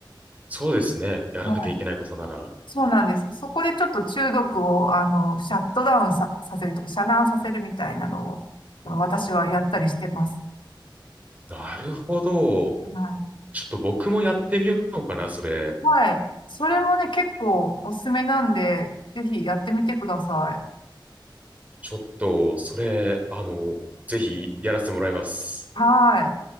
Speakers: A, on the right (about 15°); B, on the left (about 80°).
A: そうですね。やらなきゃいけないことなら。
B: はい。そうなんです。そこでちょっと中毒を、あの、シャットダウンさ、させるとか、遮断させるみたいなのを、あの私はやったりしてます。
A: なるほど。
B: はい。
A: ちょっと僕もやってみようかな、それ。
B: はい。それもね、結構おすすめなんで、ぜひやってみてください。
A: ちょっと、それ、あの、ぜひやらせてもらいます。
B: はい。